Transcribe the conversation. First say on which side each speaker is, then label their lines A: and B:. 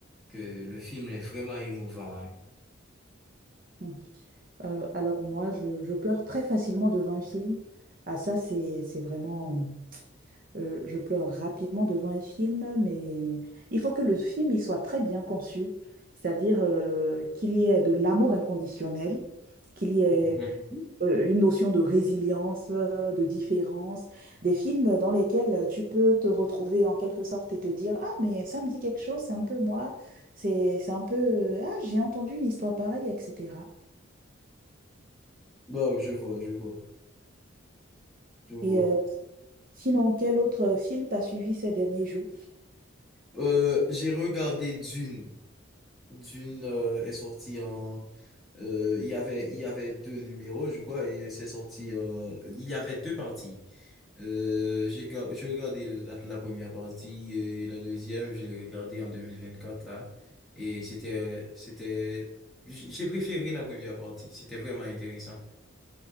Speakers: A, in the centre; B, on the right.
A: que le film est vraiment émouvant, hein.
B: mm. Euh, alors moi, je, je pleure très facilement devant un film. Ah ça, c'est, c'est vraiment... Euh, je pleure rapidement devant un film, mais il faut que le film il soit très bien conçu, c'est-à-dire euh, qu'il y ait de l'amour inconditionnel, qu'il y ait
A: Mhm.
B: euh, une notion de résilience, euh, de différence, des films dans lesquels tu peux te retrouver en quelque sorte et te dire, Ah, mais ça me dit quelque chose, c'est un peu moi, c'est, c'est un peu, euh, Ah, j'ai entendu une histoire pareille, etc.
A: Bon, je vois, je vois, je vois.
B: Et euh, sinon, quel autre film t'as suivi ces derniers jours?
A: Euh, j'ai regardé Dune. Dune euh, est sorti en... euh, il y avait, il y avait deux numéros, je crois, et c'est sorti... euh, il y avait deux parties. Euh, j'ai ga- j'ai regardé la, la première partie et la deuxième, je l'ai regardée en 2024 là. Et c'était, c'était, j- j'ai préféré la première partie. C'était vraiment intéressant.